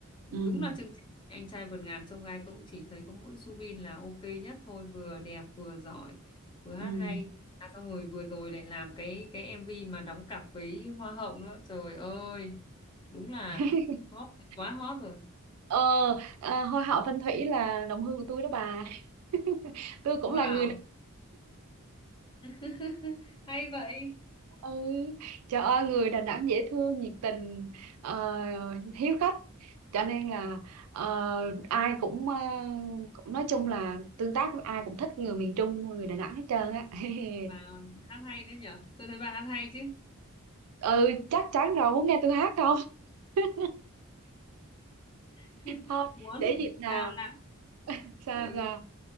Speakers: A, on the right (about 85°); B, on the left (about 20°).
A: ừm,
B: đúng là chương trình anh trai vượt ngàn chông gai tôi cũng chỉ thấy có mỗi Subin là ok nhất thôi vừa đẹp vừa giỏi vừa hát
A: ừm.
B: hay à, xong rồi vừa rồi lại làm cái cái MV mà đóng cặp với Hoa hậu nữa trời ơi đúng là
A: <laughs>
B: hot quá hot rồi
A: ờ à, hoa hậu Thanh Thủy là đồng hương của tôi đó bà <laughs> tôi cũng
B: wow
A: là người
B: <laughs> hay vậy
A: ừ trời ơi người Đà Nẵng dễ thương nhiệt tình ờ, hiếu khách cho nên là ờ, ai cũng, ờ, cũng nói chung là tương tác với ai cũng thích người miền Trung người Đà Nẵng hết trơn á <laughs>
B: mà còn hát hay nữa nhở tôi thấy bà hát hay chứ
A: ừ chắc chắn rồi muốn nghe tôi hát không <laughs>
B: <laughs>
A: thôi
B: muốn
A: để dịp
B: nào
A: nào
B: lạ
A: sao
B: ừ.
A: sao